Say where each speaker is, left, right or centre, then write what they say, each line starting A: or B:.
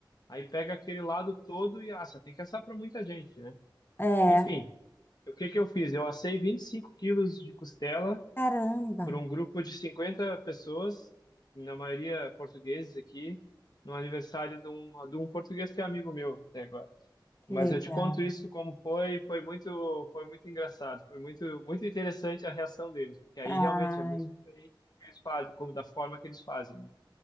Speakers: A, on the left; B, on the left.
A: Aí pega aquele lado todo e assa, tem que assar para muita gente, né?
B: É,
A: Enfim, o que que eu fiz? Eu assei 25 quilos de costela
B: caramba,
A: por um grupo de 50 pessoas, na maioria portugueses aqui, no aniversário de um, de um português que é amigo meu até agora.
B: que
A: Mas
B: legal.
A: eu te conto isso como foi, foi muito, foi muito engraçado, foi muito, muito interessante a reação deles, porque aí
B: Ai,
A: realmente é muito diferente do que eles fazem, como da forma que eles fazem. né?